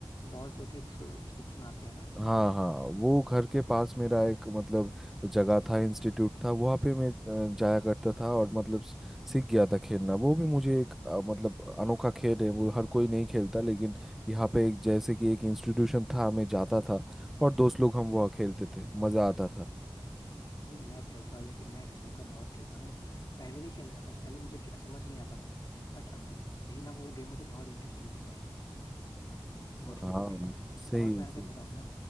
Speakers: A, on the left; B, in the centre.
A: बॉल्स होती है जिसको स्टिक से मारते हैं ना
B: हाँ हाँ वो घर के पास मेरा एक मतलब जगह था इंस्टीट्यूट था वहाँ पे मैं अ, जाया करता था और मतलब स- सीख गया था खेलना वो भी मुझे एक अ, मतलब अनोखा खेल है वो हर कोई नहीं खेलता लेकिन यहाँ पे एक जैसे कि एक इंस्टीट्यूशन था मैं जाता था और दोस्त लोग हम वहाँ खेलते थे मज़ा आता था
A: भाई मैं खेलता हूँ लेकिन मैं स्नूकर बहुत खेलता हूँ पहले नहीं खेलता था पहले मुझे खे- समझ नहीं आता था बट अब भी ना वो गेम मुझे बहुत इंटरेस्टिंग लगता है वो
B: हाँ
A: स्नूकर खेलना
B: सही
A: और मैं
B: है सही
A: अगर बताऊँ ना